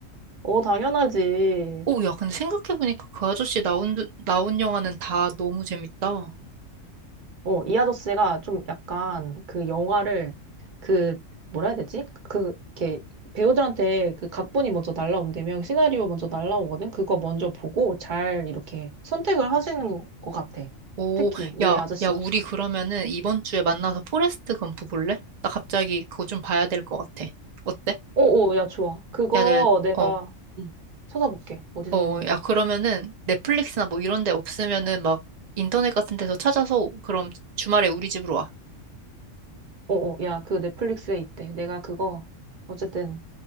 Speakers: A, on the right; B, on the right.
A: 어, 당연하지.
B: 오, 야, 근데 생각해보니까 그 아저씨 나온, 드- 나온 영화는 다 너무 재밌다.
A: 어, 이 아저씨가 좀 약간 그 영화를 그 뭐라 해야 되지? 그 이렇게 배우들한테 그 각본이 먼저 날라온다면 시나리오 먼저 날라오거든. 그거 먼저 보고 잘 이렇게 선택을 하시는 것 같아.
B: 오,
A: 특히 이
B: 야,
A: 아저씨가.
B: 야, 우리 그러면은 이번 주에 만나서 포레스트 검프 볼래? 나 갑자기 그거 좀 봐야 될 것 같아. 어때?
A: 오오 야, 좋아. 그거
B: 야, 야,
A: 내가
B: 어,
A: 응, 찾아볼게. 어디서
B: 어,
A: 하는지.
B: 야, 그러면은 넷플릭스나 뭐 이런 데 없으면은 막 인터넷 같은 데서 찾아서 그럼 주말에 우리 집으로 와.
A: 오오 야, 그 넷플릭스에 있대. 내가 그거 어쨌든